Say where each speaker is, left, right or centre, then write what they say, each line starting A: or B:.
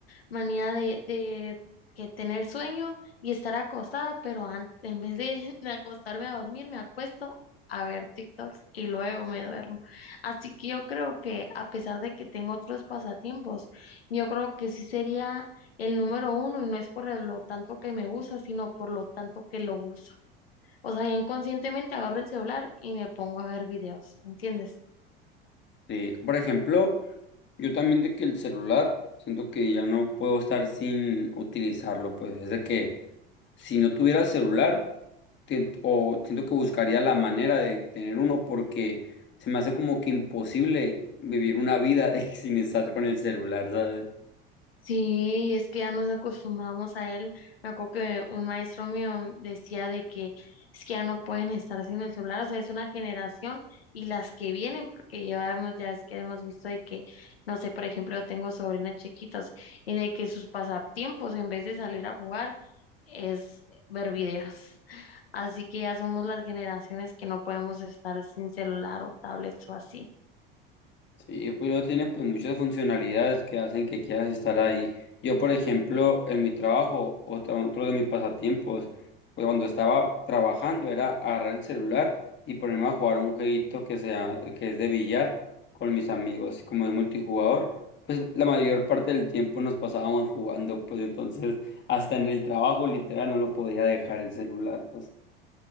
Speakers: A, on the left; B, on the left.
A: manía de, de que tener sueño y estar acostada, pero antes, en vez de, <laughs> de acostarme a dormir, me acuesto a ver TikToks y luego me duermo. Así que yo creo que a pesar de que tengo otros pasatiempos, yo creo que sí sería el número uno y no es por lo tanto que me gusta, sino por lo tanto que lo uso. O sea, ya inconscientemente agarro el celular y me pongo a ver videos, ¿me ¿entiendes?
B: Sí, por ejemplo, yo también de que el celular, siento que ya no puedo estar sin utilizarlo, pues es de que si no tuviera el celular, te- o siento que buscaría la manera de tener uno, porque se me hace como que imposible vivir una vida <laughs> de que sin estar con el celular, ¿sabes?
A: Sí, es que ya nos acostumbramos a él. Me acuerdo que un maestro mío decía de que es que ya no pueden estar sin el celular, o sea, es una generación y las que vienen, porque ya hemos, ya es que hemos visto de que, no sé, por ejemplo, yo tengo sobrinas chiquitas y de que sus pasatiempos, en vez de salir a jugar, es ver videos. <laughs> Así que ya somos las generaciones que no podemos estar sin celular o tablets o así.
B: Sí, pues luego tiene pues muchas funcionalidades que hacen que quieras estar ahí. Yo, por ejemplo, en mi trabajo, otro, otro de mis pasatiempos, pues cuando estaba trabajando era agarrar el celular y ponerme a jugar un jueguito que sea, que es de billar con mis amigos. Y como es multijugador, pues la mayor parte del tiempo nos pasábamos jugando, pues entonces hasta en el trabajo literal no lo podía dejar el celular, pues.